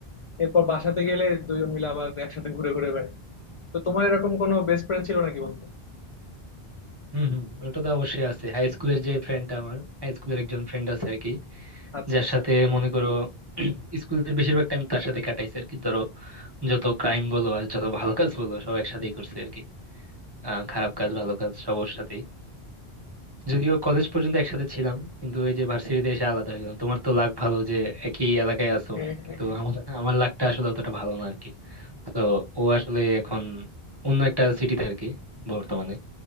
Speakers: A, on the left (about 50°); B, on the right (about 25°).
A: এরপর বাসাতে গেলে দুজন মিলে আবার একসাথে ঘুরে ঘুরে বেড়াই তো তোমার এরকম কোনো বেস্ট ফ্রেন্ড ছিল নাকি বন্ধু
B: হম হম ওটা তো অবশ্যই আছে হাই স্কুলের যে ফ্রেন্ডটা আমার হাই স্কুলের একজন ফ্রেন্ড আছে আর কি
A: আচ্ছা
B: যার
A: আচ্ছা
B: সাথে মনে করো <clears throat> স্কুলের বেশিরভাগ টাইম তার সাথে কাটাইছে আর কি ধরো যত ক্রাইম বলো আর যত ভালো কাজ বলো সব একসাথেই করছে আর কি আহ খারাপ কাজ ভালো কাজ সব ওর সাথেই যদিও কলেজ পর্যন্ত একসাথে ছিলাম কিন্তু ওই যে ভার্সিটিতে এসে আলাদা হয়ে গেলাম তোমার তো লাক ভালো যে একই এলাকায় আছো
A: হ্যাঁ হ্যাঁ
B: কিন্তু
A: হ্যাঁ।
B: আমার আমার লাকটা আসলে অতটা ভালো না আর কি তো ও আসলে এখন অন্য একটা সিটিতে আর কি বর্তমানে